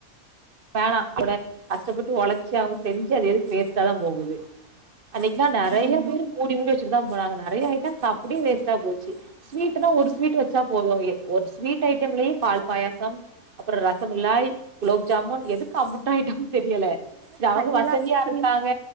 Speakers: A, on the right (about 40°); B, on the right (about 65°).
A: வேணா <unintelligible> கஷ்டப்பட்டு ஒழச்சு அவுங்க செஞ்சது எதுக் வேஸ்டாதா போகுது அன்னைக்ல்லா நெறைய
B: ஆமா.
A: பேர் மூடி மூடி வெச்சட்டு தா போனாங்க நெறைய ஐட்டம்ஸ் அப்டியே வேஸ்ட்டா போச்சு ஸ்வீட்னா ஒரு ஸ்வீட் வெச்சா போது எ ஒரு ஸ்வீட் ஐட்டம்லயே பால் பாயாசம் அப்பற ரசமிலாய் ஜாமுன் எதுக்கு அம்முட்டு ஐட்டம் தெரியல
B: இதுல
A: த அவுங்க
B: ஃபைனலா
A: வசதியா
B: ஐஸ்கிரீம்
A: இருக்காங்க